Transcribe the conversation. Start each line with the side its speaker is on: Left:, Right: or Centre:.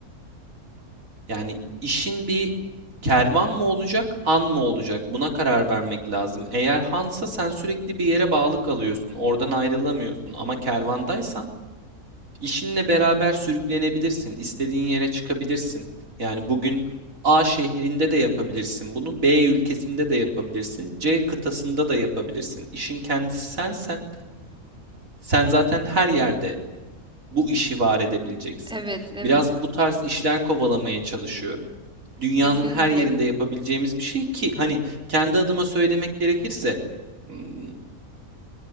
Right: Yani işin bir kervan mı olacak, han mı olacak? Buna karar vermek lazım. Eğer hansa sen sürekli bir yere bağlı kalıyorsun, oradan ayrılamıyorsun. Ama kervandaysan işinle beraber sürüklenebilirsin, istediğin yere çıkabilirsin. Yani bugün A şehrinde de yapabilirsin bunu, B ülkesinde de yapabilirsin, C kıtasında da yapabilirsin. İşin kendisi sensen, sen zaten her yerde bu işi var edebileceksin.
Centre: Evet, evet.
Right: Biraz bu tarz işler kovalamaya çalışıyorum. Dünyanın
Centre: Kesinlikle.
Right: her yerinde yapabileceğimiz bir şey ki hani kendi adıma söylemek gerekirse m,